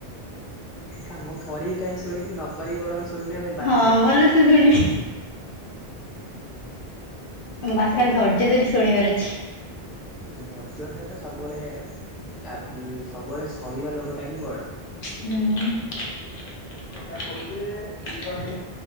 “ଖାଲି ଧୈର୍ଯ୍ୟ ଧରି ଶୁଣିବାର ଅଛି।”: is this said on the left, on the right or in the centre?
Left